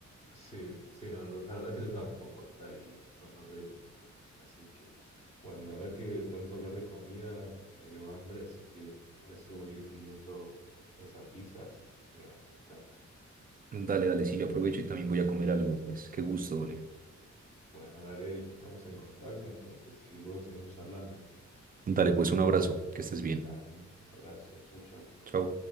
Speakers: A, on the left; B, on the right.
A: Sí, sí, no, la verdad que yo tampoco. Hasta ahí, no, no digo. Así que, bueno, la verdad que tanto hablar de comida me dio hambre, así que parece voy a ir pidiendo esa pizza, así llega en un instante.
B: Dale, dale, sí, yo aprovecho y también voy a comer algo, pues qué gusto, Ole.
A: Bueno, dale, Eric, estamos en contacto entonces y luego seguimos charlando.
B: Dale, pues un abrazo, que estés bien.
A: Dale, abrazo, chau, chau.
B: Chao.